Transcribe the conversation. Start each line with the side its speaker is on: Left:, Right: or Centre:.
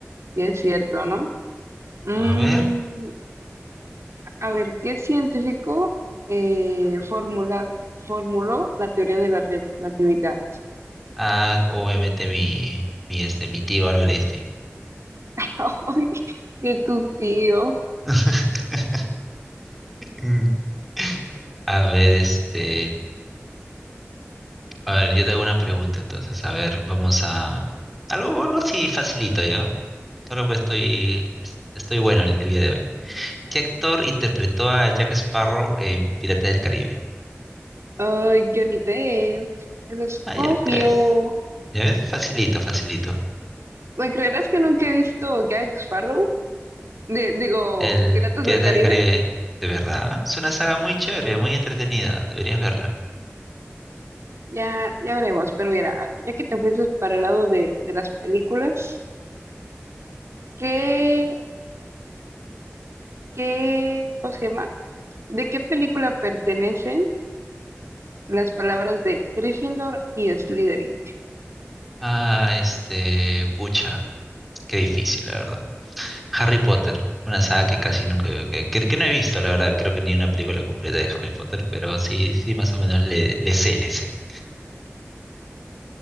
Right: si es cierto, ¿no? Mm,
Centre: A ver.
Right: a ver, ¿qué científico eh, formula- formuló la teoría de la relatividad?
Centre: Ah, obviamente mi, mi, este, mi tío Albert Einstein.
Right: <laughs> Ay, qué tu tío.
Centre: <laughs> Mm. A ver, este. A ver, yo te hago una pregunta entonces. A ver, vamos a... Algo, algo así facilito, ¿ya? Solo que estoy, es- estoy bueno el, el día de hoy. ¿Qué actor interpretó a Jack Sparrow en Piratas del Caribe?
Right: Ay, Johnny Depp. Eso es
Centre: Ah,
Right: obvio.
Centre: ya, ya ves. ¿Ya ves? Facilito, facilito.
Right: ¿Me creerás que nunca he visto Jack Sparrow? Di- digo,
Centre: El
Right: Piratas
Centre: Pirata
Right: del Caribe.
Centre: del Caribe, de verdad. Es una saga muy chévere, muy entretenida. Deberías verla.
Right: Ya, ya veremos. Pero mira, a ver, ya que te fuiste para el lado de, de las películas, ¿qué, qué, cómo se llama? ¿De qué película pertenecen? las palabras de Gryffindor y Slytherin.
Centre: Ah, este... Pucha, qué difícil, la verdad. Harry Potter, una saga que casi nunca, que, que- que no he visto, la verdad, creo que ni una película completa de Harry Potter, pero sí, sí, más o menos le, le sé, le sé.